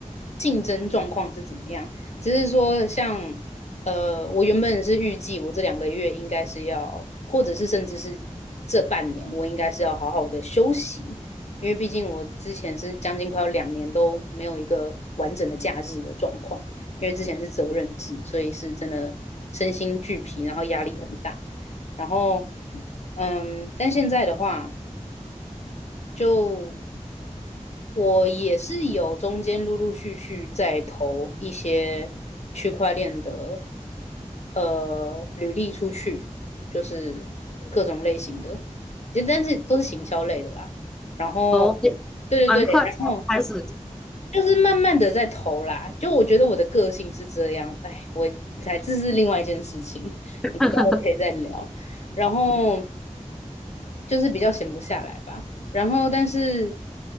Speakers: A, on the left (about 55°); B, in the centre.
A: 竞争状况是怎么样。只是说像，呃，我原本是预计我这两个月应该是要，或者是甚至是这半年，我应该是要好好的休息，因为毕竟我之前是将近快要两年都没有一个完整的假日的状况。因为之前是责任制，所以是真的身心俱疲，然后压力很大。然后，嗯，但现在的话，就我也是有中间陆陆续续在投一些区块链的呃履历出去，就是各种类型的，就但是都是行销类的啦。然后，
B: 哦，
A: 对对对，
B: 蛮快就开始。
A: 然后就是慢慢的在投啦。就我觉得我的个性是这样，哎，我才这是另外一件事情，
B: <laughs>
A: 可能待会可以再聊。然后就是比较闲不下来吧。然后但是，